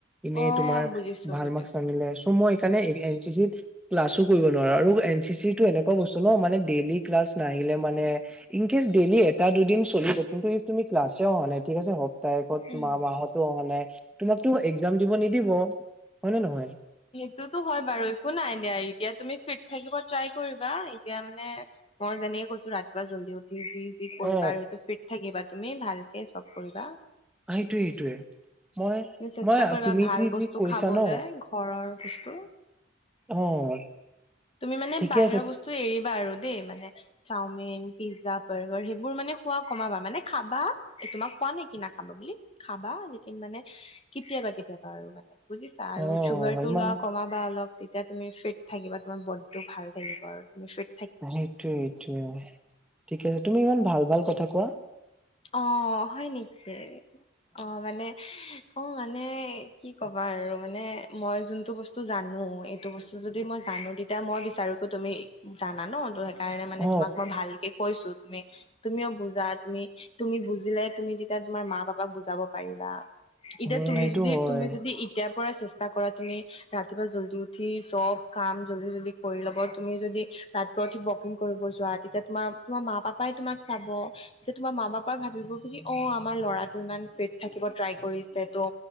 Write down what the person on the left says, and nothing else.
অ
বুজিছো
বুজিছো
উম
সটোতো হয় বাৰু একো নাই দিয়া এতিয়া তুমি ফিট থাকিব ট্ৰাই কৰিবা এতিয়া মানে মই যেনেে কৈছো ৰাতিুৱা জল্দি উঠি যি যি কৰিবা
আৰু সেইটো ফি থাকিবা তুমি ভালকে চব কৰিবা
তুমি চেষ্টা
কৰিবা
ভাল
বস্তু
খাবলৈ
ঘৰৰ বস্তু
তুমি মানে
বাহিৰৰ
বস্তু ত এৰিবা আৰু দেই মানে চাওমিন পিজ্জা বাৰ্গাৰ সেইবোৰ মানে খোৱা কমাবা মানে খাবা তোমাক কোৱা নে কি না খাবা বুলি খাবা যিকিন মানে কেতিয়াবা কেতিয়াবা আৰু মানে বুজিছা আৰু
চুগাৰ টো
লোৱা কমাব বা অলপ তেতিয়া তুমি ফিট থাকিবা তুমাৰ বডটো ভাল থাকিব আৰু তুি ফি
অ হয় নেকি অ মানে অ মানে কি কবা আৰু মানে মই যোনটো বস্তু ব্তু জানো এইটো বস্তু যদি মই জানো তেতিয়া মই বিচাৰোো তুমি জানা ন কাৰণে মানে
তোমাক মই ভালকে কৈছো তুমি তুমিও বুজা তুমি তুমি বুজিলে তুমি তেতিয়া তোমাৰ মা বাপাক বুজাব পাৰিবা এতিয়া
তুমি
যদি
তুমি যদি তেতিয়াৰ পৰা চেষ্টা কৰা তুমি ৰাতিপুৱা জল্দি উঠি চব কাম জলদি জল্দি কৰি লব তুমি যদি তাত গৈ উঠি ৱকিং কৰিব যোৱা তেতিয়া তোমাৰ তোমাৰ মা পাপাই তোমাক চাব তেতিয়া তোমাৰ মা পাপা ভাবিব বুলি অ আমাৰ ল'ৰাটো ইমান ফিট থাকিব ট্ৰাই কৰিছে ত